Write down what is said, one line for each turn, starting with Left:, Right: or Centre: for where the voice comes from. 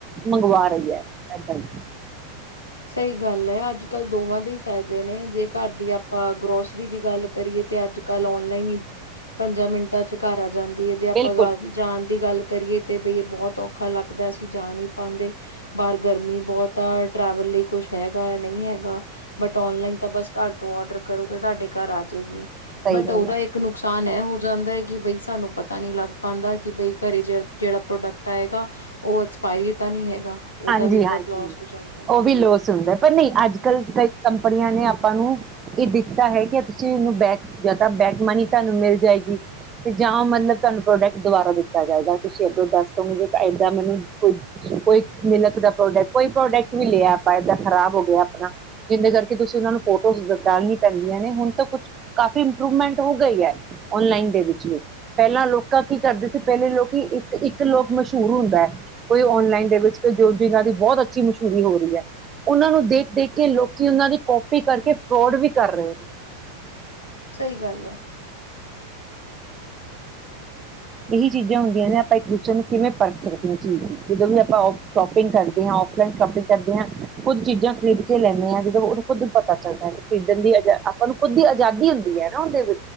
Right: ਮੰਗਵਾ ਰਹੀ ਹੈ। ਐਦਾ ਈ।
Left: ਸਹੀ ਗੱਲ ਹੈ ਅੱਜ ਕੱਲ ਦੋਵਾਂ ਦੇ ਹੀ ਫਾਇਦੇ ਨੇ ਜੇ ਘਰ ਦੀ ਆਪਾਂ ਗਰੋਸਰੀ ਦੀ ਗੱਲ ਕਰੀਏ ਤੇ ਅੱਜ ਕੱਲ ਔਨਲਾਈਨ ਹੀ ਪੰਜਾਂ ਮਿੰਟਾਂ ਚ ਘਰ ਆ ਜਾਂਦ ਜੇ ਆਪਾਂ
Right: ਬਿਲਕੁਲ
Left: ਗੱਲ ਜਾਣ ਦੀ ਗੱਲ, ਕਰੀਏ ਤੇ ਬਈ ਬਹੁਤ ਔਖਾ ਲੱਗਦਾ ਅਸੀਂ ਜਾ ਨੀ ਪਾਦੇ ਬਾਹਰ ਗਰਮੀ ਬਹੁਤ ਆ। ਟਰੈਵਲ ਲਈ ਕੁਛ ਹੈਗਾ ਨਹੀਂ ਹੈਗਾ, ਬਟ ਔਨਲਾਈਨ ਤਾਂ ਬ ਘਰ ਤੋਂ ਡਰ ਕਰੋ ਤੇ ਤੁਹਾਡੇ ਘਰ ਆ ਜਾਏਗੀ।
Right: ਸਹੀ
Left: ਬਟ
Right: ਗੱਲ
Left: ਉਹਦਾ
Right: ਹੈ
Left: ਇੱਕ ਨੁਕਸਾਨ ਤਾਹ ਇਹ ਹੋ ਜਾਂਦਾ ਹੈ ਕਿ ਬਈ ਸਾਨੂੰ ਪਤਾ ਨਹੀਂ ਲੱਗ ਪਾਉਂਦਾ ਕਿ ਬਈ ਘਰ ਜ ਜਿਹੜਾ ਪ੍ਰੋਡਕਟ ਆ ਹੈਗਾ ਉਹ ਐਕਸਪਾਇਰੀ ਤਾਂ ਨਹੀਂ ਹੈਗਾ ਉਹਦਾ
Right: ਹਾਂਜੀ
Left: ਵੀ ਬਹੁਤ
Right: ਹਾਂਜੀ
Left: ਲੋਸ ਹੋ ਜਾਂਦਾ
Right: ਉਹ ਵੀ ਲੋਸ ਹੁੰਦਾ ਪਰ ਨਹੀਂ ਅੱਜ ਕੱਲ੍ਹ ਕਈ ਕੰ ੜੀਆਂ ਨੇ ਆਪਾਂ ਨੂੰ ਇਹ ਦਿੱਤਾ ਹੈ ਕਿ ਤੁਸੀਂਨੂੰ ਬੈਕ ਜਾਂ ਤਾਂ ਬੈਕ ਮਨੀ ਤੁਹਾਨੂੰ ਮਿਲ ਜਾਏਗੀ ਤੇ ਜਾਂ ਮਤਲਬ ਤੁਹਾਨੂੰ ਪ੍ਰੋਡਕਟ ਦੁਬਾਰਾ ਦਿੱਤਾ ਜਾਏਗਾ ਤੁਸੀਂ ਅੱਗੋਂ ਦੱਸ ਦੋਗੇ ਏਦਾਂ ਮੈਨੂੰ ਕੋਈ ਕੋ ਮਿਲਕ ਦਾ ਪ੍ਰੋਡਕਟ ਕੋਈ ਪ੍ਰੋਡਕਟ ਵੀ ਲਿਆ ਆਪਾਂ ਏਦਾਂ ਖ਼ਰਾਬ ਹੋ ਗਿਆ ਆਪਣਾ ਜਿਿੰਦੇ ਕਰਕੇ ਤੁਸੀਂ ਉਹਨਾਂ ਨੂੰ ਫੋਟੋਜ਼ ਬਦਾਲੀ ਪੈਂਦੀਆਂ ਨੇ ਹੁਣ ਤਾਂ ਕੁਛ ਕਾਫ਼ੀ ਇੰਪਰੂਵਮੈਂਟ ਹੋ ਗਈ ਹੈ ਓਨਲਾਈਨ ਦੇ ਵਿੱਚ ਵੀ ਪਹਿਲਾਂ ਲੋਕ ਕੀ ਕਰਦੇ ਸੀ ਪਹਿਲੇ ਲੋਕੀ ਇੱਕ ਇੱਕ ਇੱਕ ਲੋਕ ਮਸ਼ਹੂਰ ਹੁੰਦਾ ਹੈ ਕੋਈ ਔਨਲਾਈਨ ਦੇ ਵਿੱਚ ਜੋ ਜਿਨਾਂ ਦੀ ਬਹੁਤ ਅੱਛੀ ਮਸ਼ਹੂਰੀ ਹੋ ਰਹੀ ਹੈ ਉਹਨਾਂ ਨੂੰ ਦੇਖ ਦੇਖ ਕੇ ਲੋਕੀ ਉਹਨਾਂ ਦੀ ਕਪੀ ਕਰਕੇ ਫਰੋਡ ਵੀ ਕਰ ਰਹੇ ਨੇ
Left: ਸਹੀ ਗੱਲ ਹੈ
Right: ਇਹੀ ਚੀਜ਼ਾਂ ਹੁੰਦੀਆਂ ਨੇ ਆਪਾਂ ਇੱਕ ਦੂਸਰੇ ਨੂੰ ਕਿਵੇਂ ਪਰਖ ਸਕਦੇ ਹ ਚੀਜ਼ ਜਦੋਂ ਵੀ ਆਪਾਂ ਸ਼ੋਪਿੰਗ ਕਰਦੇ ਹਾਂ ਫਲਾਈਨ ਸ਼ੋਪਿੰਗ ਕਰਦੇ ਹਾਂ ਕੁੁਦ ਚੀਜ਼ਾਂ ਖਰੀਦ ਕੇ ਲੈਂਦੇ ਹਾਂ ਜਦੋਂ ਉਦ ਖੁਦ ਪਤਾ ਚੱਲਦਾ ਖਰੀਦਣ ਦੀ ਆਪਾਂ ਨੂੰ ਖੁਦ ਦੀ ਆਜ਼ਾਦੀ ਹੁੰਦੀ ਹੈ ਨਾ ਉਹਦੇ